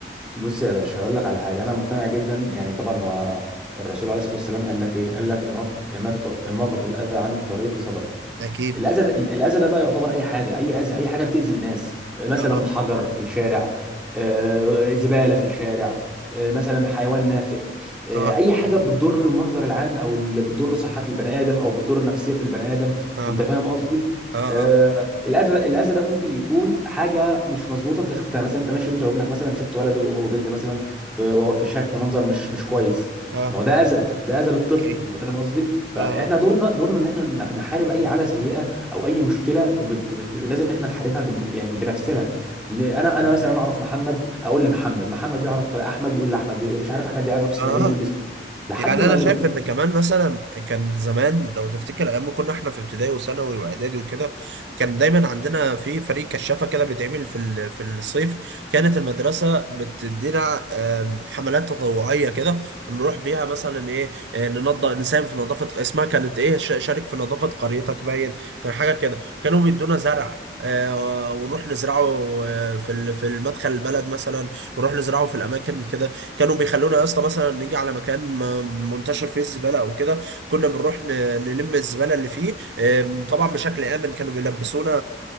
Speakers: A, in the centre; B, on the right.
A: بص يا باشا اقول لك على حاجه انا مقتنع جدا يعني طبعا هو الرسول عليه الصلاه والسلام قال لك ايه قال لك اماطه اماطه اماطه الاذى عن الطريق صدقه
B: أكيد
A: الاذى ده الاذى ده بقى يعتبر اي حاجه اي اذى اي حاجه بتاذي الناس آه، مثلا
B: أها
A: حجر في الشارع آه، زباله في الشارع آه، مثلا حيوان نافق آه،
B: اه
A: اي حاجه بتضر المنظر العام او اللي بتضر صحه البني ادم او بتضر نفسيه البني ادم
B: اه
A: انت فاهم قصدي
B: اه
A: آه،
B: اه
A: الاذى الاذى ده ممكن يكون حاجه مش مظبوطه انت شفتها مثلا انت ماشي انت وابنك مثلا شفت ولد وبنت مثلا في في شك في منظر مش مش كويس
B: اه
A: ما هو ده اذى ده اذى للطفل
B: اوكي
A: انت فاهم قصدي فاحنا
B: اه
A: دورنا دورنا ان احنا نحارب اي عاده سيئه او اي مشكله بت... بت... لازم إن احنا نحاربها بن... يعني بنفسنا إن انا انا مثلا اعرف محمد اقول لمحمد محمد يعرف احمد يقول لاحمد مش عارف احمد يعرف اسماعيل
B: اه
A: يقول لاسماعيل لحد
B: يعني
A: ما
B: انا
A: ال-
B: شايف ان كمان مثلا كان زمان لو تفتكر ايام ما كنا احنا في ابتدائي وثانوي واعدادي وكده كان دايما عندنا في فريق كشافه كده بيتعمل في ال- في الصيف كانت المدرسه بتدينا آم، حملات تطوعيه كده نروح بيها مثلا ايه آه، ننضف نساهم في نظافه اسمها كانت ايه ش- شارك في نظافه قريتك باين كان حاجه كده كانوا بيدونا زرع آه ونروح نزرعه آه، في ال- في المدخل البلد مثلا ونروح نزرعه في الاماكن كده كانوا بيخلونا يا اسطى مثلا نيجي على مكان ما- منتشر فيه الزباله او كده كنا بنروح ن- نلم الزباله اللي فيه آم، طبعا بشكل امن كانوا بيلبسونا